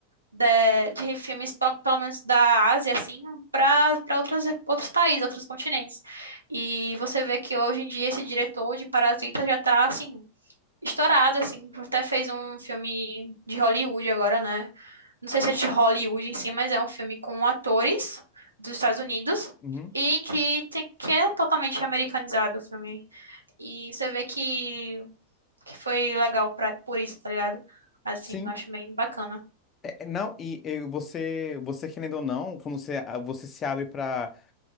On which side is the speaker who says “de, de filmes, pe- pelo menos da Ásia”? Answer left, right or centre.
Right